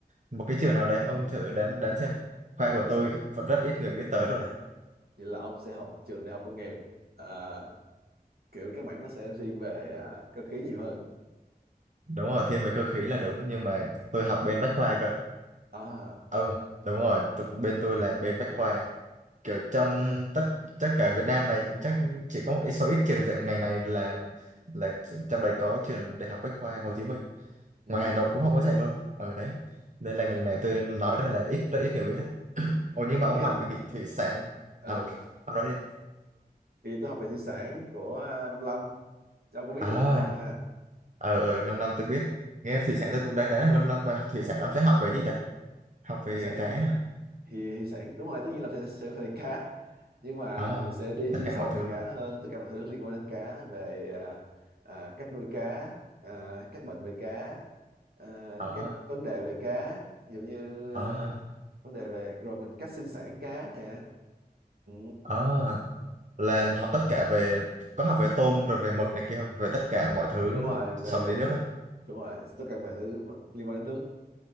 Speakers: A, on the right (about 50°); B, on the right (about 70°).
A: một cái trường nào đấy, ông thử đoán đoán xem. Khoa
B: Giờ
A: của
B: tôi
A: tôi
B: sẽ
A: vẫn rất ít người biết tới rồi này.
B: vậy là ông sẽ học trường đại học công nghiệp. À, kiểu cái mảng nó sẽ thiên về à, cơ khí nhiều hơn.
A: Đúng rồi, thiên về cơ khí là đúng nhưng mà tôi học bên bách khoa cơ.
B: À,
A: Ông đúng rồi, tụ- bên tôi là bên bách khoa. kiểu trong
B: ồ,
A: tất tất cả Việt Nam này chắc chỉ có một ít số ít trường dạy ngành này là là trong đây có trường Đại học Bách khoa Hồ Chí Minh
B: ừ.
A: ngoài Hà Nội cũng không có dạy luôn ở đấy đây là ngành này tôi nói ra là ít rất ít người biết đấy ồ
B: Ủa,
A: nhưng
B: về
A: mà ông
B: cái
A: học
B: hành
A: về nghị thủy sản
B: ừ.
A: à ông nói đi
B: thì tôi học về thủy sản của à, Nông Lâm. Ông có biết
A: à
B: gì là Nông Lâm mà ha?
A: ở ở nông lâm tôi biết nghe thủy sản tôi cũng đang đá là nông lâm mà thủy sản ông sẽ học về gì ta học về
B: Thị sản
A: cá hả?
B: thì thì sản đúng rồi tất nhiên là phải, sẽ phải cá nhưng mà
A: à
B: thì mình sẽ đi
A: tất
B: chuyên
A: cả
B: sâu
A: mọi thứ
B: về cá hơn tất cả mọi thứ liên quan đến cá về à, à, cách nuôi cá à, các bệnh về cá à,
A: ờ
B: các vấn đề về cá ví dụ như
A: ờ
B: à, vấn đề về rồi mình cách sinh sản cá nè ừ,
A: ờ là
B: đấy
A: học tất cả về có học về tôm rồi về mực này kia không về tất cả mọi thứ
B: đúng rồi
A: sống
B: về
A: dưới nước ấy
B: đúng rồi tất cả mọi thứ mà liên quan đến nước